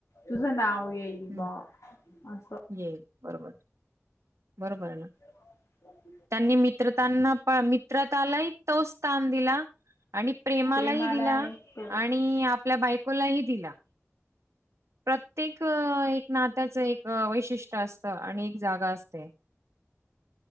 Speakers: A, on the left; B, on the right.
A: तुझं नाव येईल कि
B: हं,
A: बॉ अस
B: येईल बरोबर बरोबरय ना
A: <unintelligible>
B: त्यांनी मित्रतांना मित्रतालाही तोचं स्थान दिला आणि प्रेमालाही
A: प्रेमाला
B: दिला
A: एक
B: आणि आपल्या बायकोलाही दिला. प्रत्येक एक नात्याचं एक वैशिष्ट्य असतं आणि एक जागा असते.